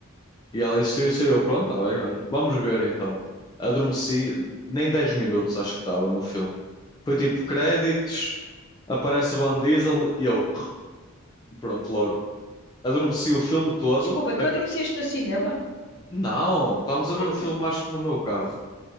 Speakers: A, on the left; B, on the left.
A: E ela insistiu e disse, eu, pronto, está bem, olha, vamos ver então. Adormeci, nem 10 minutos acho que estava no filme. Foi tipo créditos, aparece o Van Diesel e eu, <tsk> pronto, logo. Adormeci o filme todo.
B: Desculpa, tu
A: A-
B: adormeceste no cinema?
A: Não, estávamos a ver
B: Então.
A: o filme acho que no meu carro.